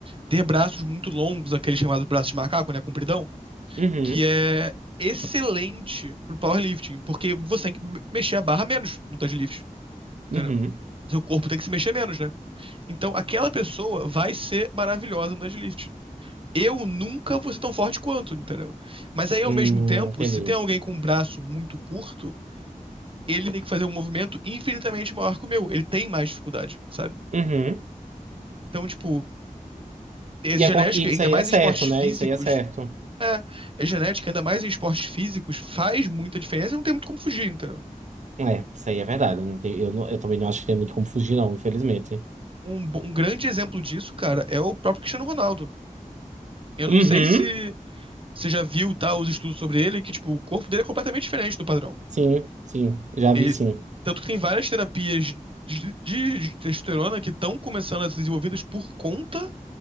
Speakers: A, on the right; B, on the right.
A: ter braços muito longos, aquele chamado braço de macaco, né? Compridão.
B: Uhum,
A: que é excelente pro powerlifting, porque você tem que me- mexer a barra menos no deadlift, entendeu?
B: uhum.
A: Seu corpo tem que se mexer menos, né? Então, aquela pessoa vai ser maravilhosa no deadlift. Eu nunca vou ser tão forte quanto, entendeu? Mas aí, ao
B: Hum,
A: mesmo tempo,
B: entendi.
A: se tem alguém com um braço muito curto, ele tem que fazer um movimento infinitamente maior que o meu. Ele tem mais dificuldade, sabe?
B: Uhum.
A: Então, tipo, é genética,
B: E, é con- e
A: ainda
B: isso aí
A: mais
B: é certo,
A: em esportes físicos,
B: né? Isso aí é certo.
A: é, é genética, ainda mais em esportes físicos, faz muita diferença e não tem muito como fugir, entendeu?
B: É, isso aí é verdade. Não tem, eu, não- eu também não acho que tem muito como fugir, não, infelizmente.
A: Um, bo- um grande exemplo disso, cara, é o próprio Cristiano Ronaldo. Eu
B: Uhum.
A: não sei se você já viu, tá, os estudos sobre ele, que, tipo, o corpo dele é completamente diferente do padrão.
B: Sim, sim. Já
A: Ele,
B: vi, sim.
A: tanto que tem várias terapias de, de testosterona que estão começando a ser desenvolvidas por conta